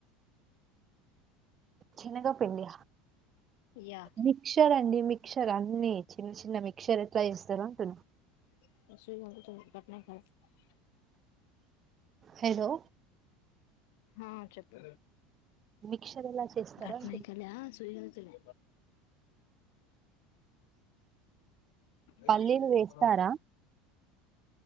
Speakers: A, on the right (about 25°); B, on the left (about 75°).
A: శెనగపిండి
B: యా
A: మిక్షర్ అండి మిక్ మీక్షర్ అన్ని చిన్న చిన్నవి మీక్షర ఎట్లా చేస్తారు అంటున్న
B: <unintelligible> <unintelligible>
A: హలో
B: హా చెప్పు
A: మిక్చర్ ఎలా చేస్తారు
B: గట్నాయికల
A: అంటున్న
B: సూయిగలుతులే ఉమ్
A: పల్లీలు వేస్తారా